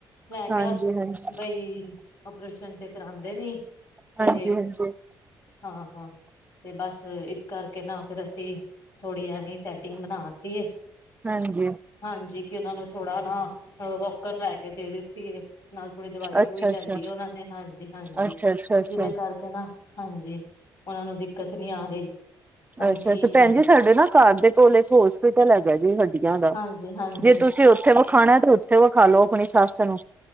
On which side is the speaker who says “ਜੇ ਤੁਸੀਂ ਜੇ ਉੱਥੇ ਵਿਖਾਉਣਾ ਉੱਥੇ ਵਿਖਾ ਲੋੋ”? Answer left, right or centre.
Right